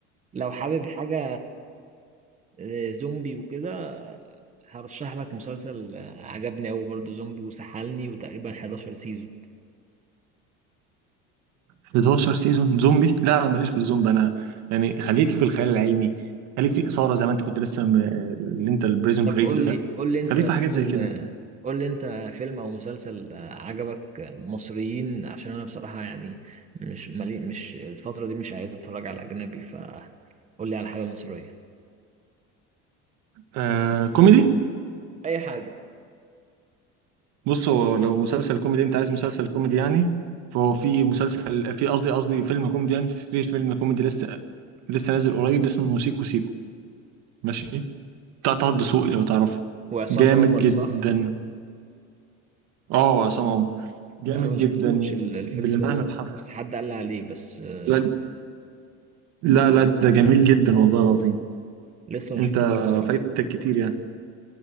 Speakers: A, on the right; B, on the right.
A: لو حابب حاجة آه، زومبي وكده هرشح لك مسلسل آه، عجبني أوي برضه زومبي وسحلني وتقريبا 11 سيزون
B: 11 سيزون زومبي لا ماليش في الزومبي انا يعني خليك في الخيال العلمي خليك في الاثاره زي ما انت كنت لسه م... اللي انت البريزن
A: طب
B: بريك
A: قول
B: ده
A: لي قول لي أنت
B: خليك
A: فيلم
B: في حاجات زي كده
A: قول لي انت فيلم او مسلسل آه، عجبك آه، مصريين عشان انا بصراحة يعني مش ملي مش الفترة دي مش عايز اتفرج على اجنبي فقول لي على حاجة مصرية
B: آه كوميدي
A: اي حاجه
B: بص هو لو مسلسل كوميدي انت عايز مسلسل كوميدي يعني فهو في مسلسل في قصدي قصدي فيلم كوميدي يعني في فيلم كوميدي لسه لسه نازل قريب اسمه سيكو سيكو ماشي بتاع طه دسوقي لو تعرفه
A: وعصام
B: جامد
A: عمر
B: جدا
A: صح
B: اه عصام عمر جامد
A: انا ما
B: جدا
A: شفتوش ال- الفيلم
B: بالمعنى
A: ده
B: الحرفي
A: بس حد قال لي عليه بس آه،
B: لا لا لا ده جميل جدا والله العظيم
A: لسه ما
B: انت
A: شفتوش بصراحة
B: فايتك كتير يعني